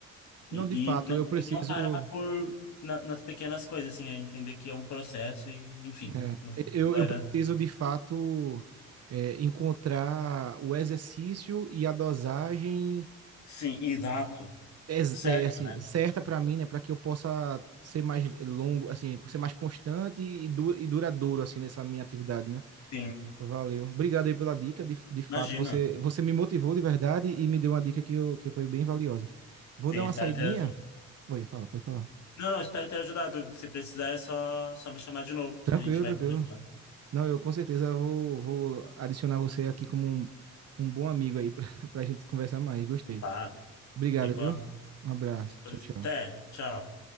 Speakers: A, on the left; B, on the right.
A: e,
B: Não, de fato,
A: e não,
B: eu preciso.
A: e não parar por na- nas pequenas coisas, assim, é entender que é um processo e, enfim,
B: É,
A: no final
B: eu,
A: vai
B: eu preciso
A: dar.
B: de fato é, encontrar o exercício e a dosagem
A: Sim, exato.
B: ex-
A: Certo,
B: é, assim,
A: né?
B: certa para mim, né, para que eu possa ser mais longo, assim, ser mais constante e, du e duradouro assim nessa minha atividade, né?
A: Sim,
B: Valeu. Obrigado aí pela dica, de, de fato,
A: imagina.
B: você você me motivou de verdade e me deu uma dica que, eu, que foi bem valiosa. Vou
A: Sim,
B: dar
A: espero
B: uma saidinha.
A: ter
B: Oi, fala, pode falar.
A: Não, não, espero ter ajudado. Se precisar, é só, só me chamar de novo,
B: Tranquilo,
A: que a gente vai
B: tranquilo.
A: conversando.
B: Não, eu com certeza vou, vou adicionar você aqui como um, um bom amigo aí para <laughs> a gente conversar mais. Gostei.
A: Claro,
B: Obrigado,
A: fico
B: viu?
A: à
B: Um abraço.
A: disposição.
B: Tchau, tchau.
A: Até, tchau.